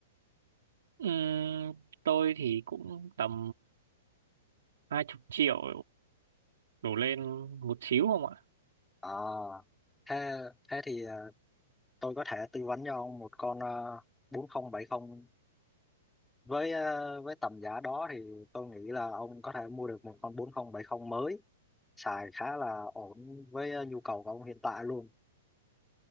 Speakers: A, on the right; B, in the centre.
A: Ừm, tôi thì cũng tầm hai chục triệu đổ lên một xíu không ạ?
B: à, thế thế thì à, tôi có thể tư vấn cho ông một con à, bốn không bảy không với ờ, với tầm giá đó thì tôi nghĩ là ông có thể mua được một con 4070 mới xài khá là ổn với ờ, nhu cầu của ông hiện tại luôn